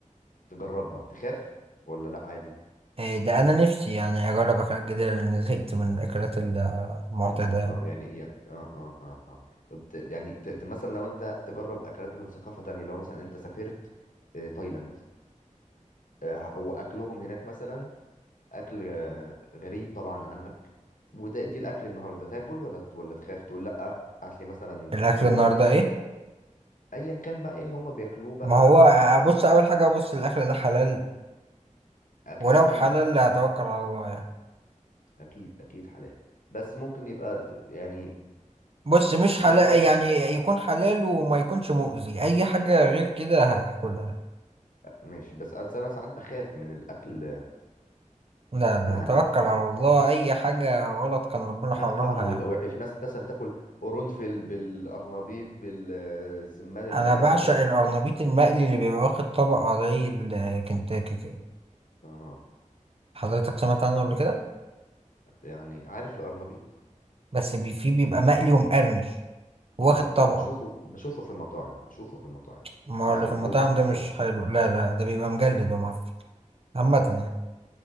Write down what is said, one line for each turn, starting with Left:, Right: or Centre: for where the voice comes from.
Left: تجربها تخاف ولا لأ عادي؟
Right: آه، ده انا نفسي يعني اجرب اكلات جديده لان زهقت من الاكلات المعتاده
Left: ال... اه يعني يعني اه اه اه اه طب ت... يعني ت... ت... مثلا لو انت تجرب اكلات من ثقافة تانية لو مثلا انت سافرت آه تايلاند آه واكلهم هناك مثلا اكل آه غريب طبعا عنك وده دي الاكل النهارده تاكل ولا ت- ولا تخاف تقول لا هات لي مثلا
Right: الاكل
Left: اندومي
Right: النهارده ايه
Left: ايا كان بقى ايه اللي هم بياكلوه بقى
Right: ما هو ابص اول حاجه ابص الاكل ده حلال
Left: أك...
Right: ولو
Left: اكيد
Right: حلال
Left: اكيد
Right: هتوكل على الله يعني
Left: اكيد اكيد حلال بس ممكن يبقى د- يعني
Right: بص مش
Left: شكله
Right: حلال
Left: مش
Right: يعني يكون حلال وما يكونش مؤذي اي حاجة غير كده هاكلها
Left: ماشي بس انا ساعات بخاف من الاكل
Right: لا لا
Left: يعني
Right: توكل على الله اي حاجة غلط كان ربنا
Left: خاف
Right: حرمها
Left: طعمه
Right: يعني
Left: يبقى وحش ناس مثلا تاكل قرنفل بالقرنبيط بالسمان البلدي
Right: انا بعشق
Left: بال
Right: القرنبيط المقلي اللي بيبقى واخد طبقة زي الكنتاكي كده
Left: اه
Right: حضرتك سمعت عنه قبل كده
Left: يعني عارف القرنبيط
Right: بس بي فيه بيبقى مقلي ومقرمش واخد
Left: اه ب-
Right: طبقة
Left: بشوفه بشوفه في المطاعم بشوفه في المطاعم
Right: ما
Left: طعم
Right: هو اللي في
Left: الفول
Right: المطاعم
Left: والطعمية
Right: ده مش حلو لا لا ده بيبقى مجلد ومعفن عامة يعني